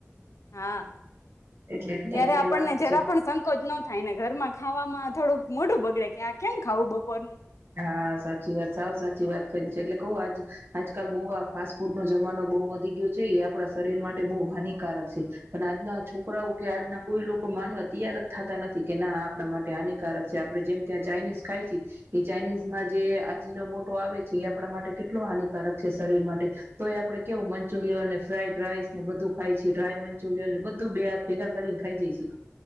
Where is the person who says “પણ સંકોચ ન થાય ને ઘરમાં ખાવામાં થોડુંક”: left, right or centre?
Left